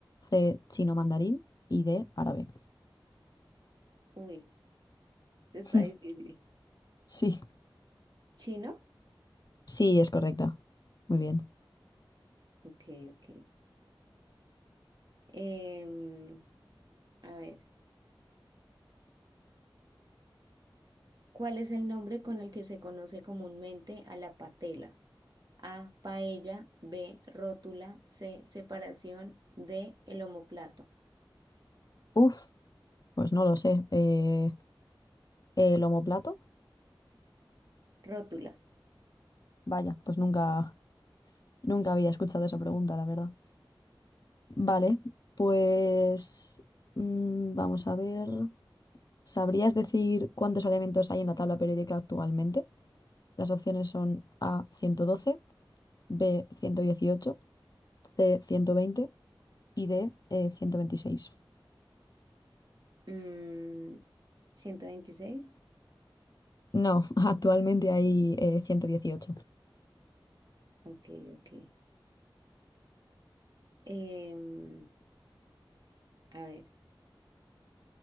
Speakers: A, on the left; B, on the right.
A: C, chino mandarín y D, árabe.
B: Uy, esto
A: <laughs>
B: está difícil.
A: Sí,
B: ¿Chino?
A: sí, es correcta. Muy bien.
B: Ok, ok. Em, a ver, ¿cuál es el nombre con el que se conoce comúnmente a la patela? A, paella, B, rótula, C, separación, D, el omóplato.
A: Uf. Pues no lo sé. Eh, ¿el omoplato?
B: Rótula.
A: Vaya, pues nunca, nunca había escuchado esa pregunta, la verdad. Vale,
B: <laughs>
A: pues mm, vamos a ver. ¿Sabrías decir cuántos elementos hay en la tabla periódica actualmente? Las opciones son A 112, B 118, C 120 y D eh, 126.
B: Mm, ciento veintiséis.
A: No, <laughs> actualmente hay eh, 118.
B: Ok, ok. Em, a ver,